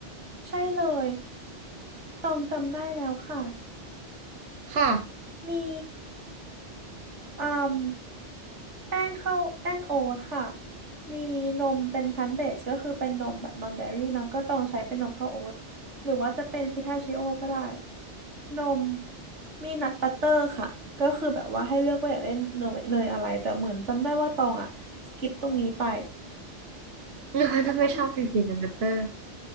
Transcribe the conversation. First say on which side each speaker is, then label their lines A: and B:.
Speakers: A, on the right; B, on the right.
A: ใช่เลยตองจำได้แล้วค่ะ
B: ค่ะ
A: มีอืมแป้งข้าวแป้งโอ๊ตค่ะมีนมเป็นพลันเบสก็คือเป็นนมแบบนอนเดอรี่เนอะก็ต้องใช้เป็นนมข้าวโอ๊ตหรือว่าจะเป็นพิทาชิโอก็ได้นมมีนัทบัตเตอร์ค่ะก็คือแบบว่าให้เลือกว่าอยากได้เนยเนยอะไรแต่เหมือนจำได้ว่าตองอ่ะสกิปตรงนี้ไป
B: <laughs>
A: มัน
B: ถ้าไม่ชอบพีพีนัทเตอร์